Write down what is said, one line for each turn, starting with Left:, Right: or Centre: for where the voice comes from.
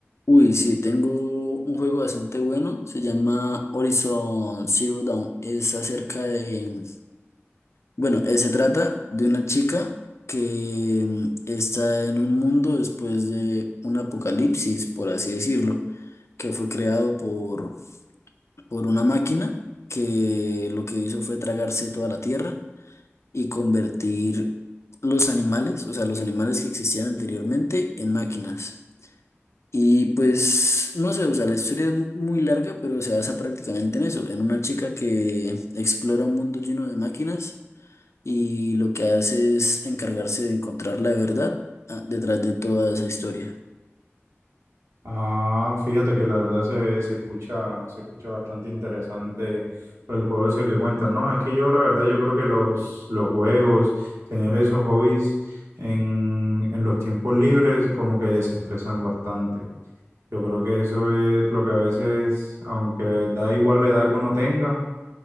Left: Uy, sí, tengo un juego bastante bueno, se llama Horizon Zero Dawn, es acerca de Bueno, eh, se trata de una chica que mm, está en un mundo después de un apocalipsis, por así decirlo, que fue creado por, por una máquina que lo que hizo fue tragarse toda la tierra y convertir los animales, o sea, los animales que existían anteriormente, en máquinas. Y pues, no sé, o sea, la historia es muy larga, pero se basa prácticamente en eso, en una chica que explora un mundo lleno de máquinas y lo que hace es encargarse de encontrar la verdad ah, detrás de toda esa historia.
Right: Ah, fíjate que la verdad se, ve- se escucha, se escucha bastante interesante pues, el juego ese que cuentan. No, es que yo la verdad yo creo que los, los juegos, tener esos hobbies en, en los tiempos libres como que desestresan bastante. Yo creo que eso es lo que a veces, aunque da igual la edad que uno tenga,